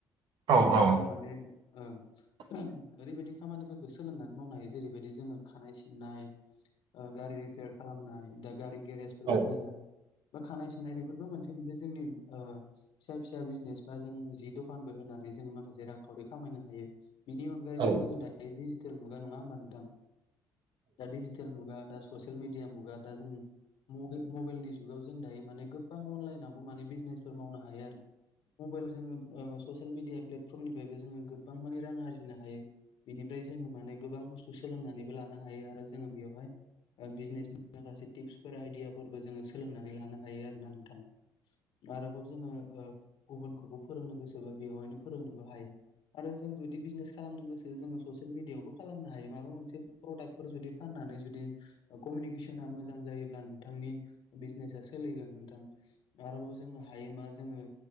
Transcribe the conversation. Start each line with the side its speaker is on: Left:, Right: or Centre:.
Right: औ
Left: अब्ला
Right: औ
Left: जों माने
Right: <unintelligible>
Left: ओ ओरैबायदि खामानिफोरखौ सोलोंनानै मावनो हायो जेरैबायदि जोङो खानाय सिननाय ओ गारि रिपेयार खालामनाय दा गारि गेरेजफोर
Right: औ
Left: खुलिनाय बा खानाय सिननाय बेफोरबो मोनसे जोंनि ओ फिसा फिसा बिजनेस बा जों जि दखानबो होनानै जोंङो माखासे रांखावरि खामाय नो हायो बिनि अनगायैबो
Right: औ
Left: जोङो दायो डिजिटेल मुगा नङा होमबा नोंथां दा डिजिटेल मुगा दा ससेल मेदिया मुगा दा जोंनि मबे-मबेलनि जु जुगाव जों दायो माने गोबां अनलाइनावबो माने बिजनेसफोर मावनो हायो आरो मबाइल जोङो ओ ससियेल मिडिया प्लेटफर्मनिफ्रायबो जोङो गोबां माने रां आरजिनो हायो। बिनिफ्राय जोङो माने गोबां बुस्थु सोलोंना नानैबो लानो हायो आरो जोङो बेयावहाय ओ बिजनेस फारसे तिपसफोर आइदियाफोरबो जोङो सोलोंनानै लानो हायो आरोना नोंथां आरोबाव जोङो ओ गुबुनखौबो फोरोंनो गोसोबा बेवहायनो फोरोंनोबो हायो आरो जों जुदि बिजनेस खालामनो गोसो जोङो ससियेल मिडियावबो खालामनो हायो माबा मोनसे प्रडाक्ट फोर जुदि फाननानै जुदि कमिउनिकेसना मोजां जायोब्ला नोंथांनि बिजनेसा सोलिगोन नोंथां आरोबाव जों हायो मा जोङो